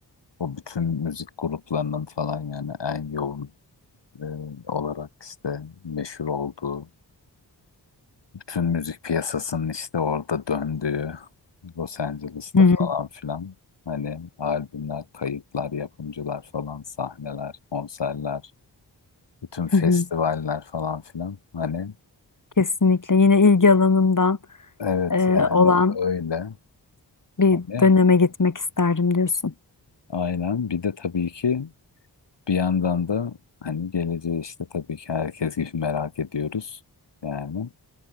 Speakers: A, on the left (about 80°); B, on the left (about 45°).
A: o bütün müzik gruplarının falan yani en yoğun e, olarak işte meşhur olduğu bütün müzik piyasasının işte orada döndüğü Los Angeles'ta
B: Hı hı,
A: falan filan hani albümler, kayıtlar, yapımcılar falan sahneler, konserler, bütün festivaller
B: hı hı.
A: falan filan hani
B: Kesinlikle yine ilgi alanımdan
A: Evet
B: e,
A: yani
B: olan
A: öyle.
B: bir
A: Hani
B: döneme gitmek isterdim diyorsun.
A: aynen. Bir de tabii ki bir yandan da hani geleceği işte tabii ki herkes gibi merak ediyoruz. Yani